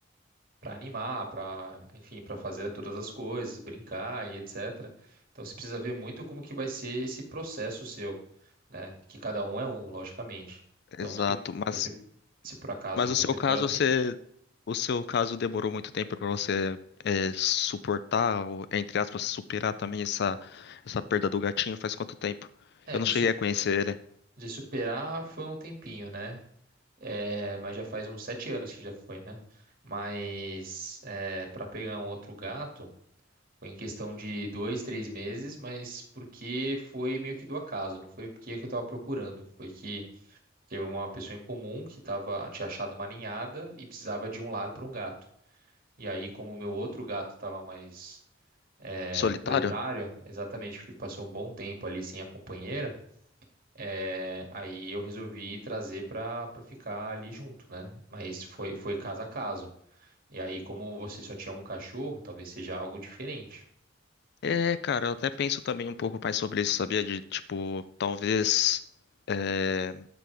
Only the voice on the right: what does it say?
para animar, para, enfim, para fazer todas as coisas, brincar e etc. Então você precisa ver muito como que vai ser esse processo seu, né? Que cada um é um, logicamente.
Então se,
então, se, se por acaso
você
for assim,
é,
de,
su-
de superar foi um tempinho, né? É, mas já faz uns sete anos que já foi, né? Mas é, para pegar um outro gato foi em questão de dois, três meses, mas porque foi meio que do acaso, não foi porque eu estava procurando, foi que Teve uma pessoa em comum que tava, tinha achado uma ninhada e precisava de um lar para um gato. E aí, como o meu outro gato estava mais é,
solitário, exatamente porque passou um bom tempo ali sem a companheira, é, aí eu resolvi trazer para para ficar ali junto, né? Mas foi, foi caso a caso. E aí, como você só tinha um cachorro, talvez seja algo diferente.